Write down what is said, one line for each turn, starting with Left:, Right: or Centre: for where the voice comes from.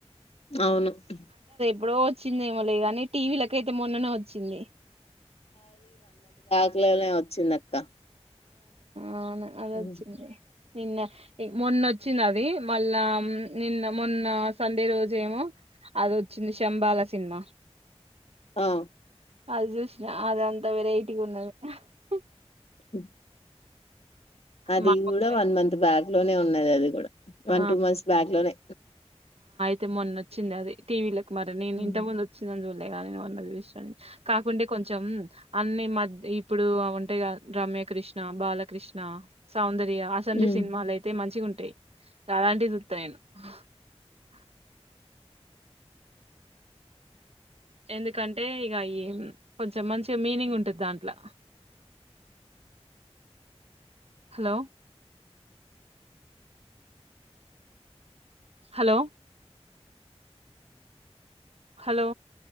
Left: అవును హు
Right: డో వచ్చిందేమోలే గాని టీ. వీలకయితే మొన్ననే వచ్చింది.
Left: <unintelligible> నే వచ్చిందక్క
Right: ఆవును అదోచ్చింది
Left: ఉమ్,
Right: నిన్న మొన్నొచ్చింది అది. మళ్ళా నిన్న మొన్న సండే రోజు ఏమో అదోచ్చింది. శంబాల సినిమా
Left: ఆ
Right: అది చూసిన అదంత్ త వెరైటీగున్నది. ఆహ్ హా
Left: హుమ్ అది
Right: మా
Left: గూడా
Right: ఊర్లో
Left: వన్ మంత్ బ్యాక్ లోనే ఉన్నాది అది గూడా వన్
Right: ఆ
Left: టూ మంత్స్ బ్యాక్ లోనే
Right: తే మొన్నోచ్చిందదే టీ. వీలక్ మరి నేను
Left: ఉ
Right: ఇంత ముందు వచ్చిందాని లేగాని ఉన్న విషని కాకుంటే కొంచెం అన్ని మధ్య ఇప్పుడు ఉంటాయిగ రమ్యక్రిష్ణ, బాలకృష్ణ, సౌందర్ వాసంది
Left: ఉ
Right: సినిమాలయితే మంచిగుం అ చాలాంటిది చుత్త నేను ఆ ఎందుకంటే ఇగ ఈ కొంచెం మంచి మీనింగ్ ఉంటది దాంట్లో హలో హలో హలో